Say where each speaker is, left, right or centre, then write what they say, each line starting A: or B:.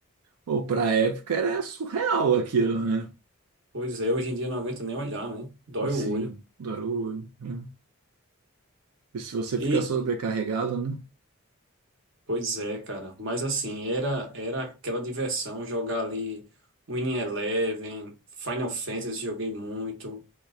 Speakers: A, on the right; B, on the right.
A: Ou para época era surreal aquilo, né?
B: Pois é, hoje em dia eu não aguento nem olhar, né? Dói
A: Assim,
B: o olho.
A: dar o olho, né? E se você
B: E,
A: ficar sobrecarregado, né?
B: pois é, cara. Mas assim, era, era aquela diversão jogar ali Winning Eleven, Final Fantasy, joguei muito.